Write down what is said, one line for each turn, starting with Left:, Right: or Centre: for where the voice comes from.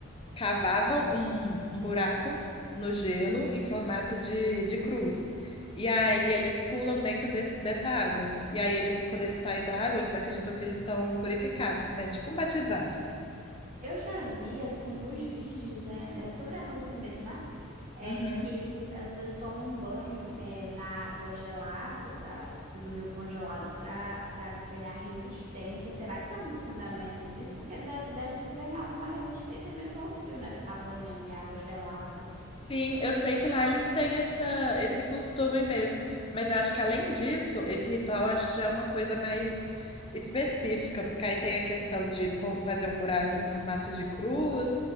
Left: cavavam um, um buraco no gelo em formato de, de cruz. E aí eles pulam dentro desse- dessa água. E aí eles, quando eles saem da água, eles acreditam que eles estão purificados, né? Tipo um batizado.
Right: Eu já vi assim alguns vídeos é, é sobre a Rússia mesmo, né? É
Left: Uhum.
Right: que eles às vezes tomam um banho é, na água gelada, da, tipo, do rio congelado, para para ganhar resistência. Será que tem algum fundamento nisso? Porque deve, deve ganhar alguma resistência mesmo ao frio, né? Ficar banhando em água gelada.
Left: Sim, eu sei que lá eles têm essa, esse costume mesmo, mas eu acho que além disso, esse ritual acho que já é uma coisa mais específica, porque aí tem a questão de for- fazer um buraco em formato de cruz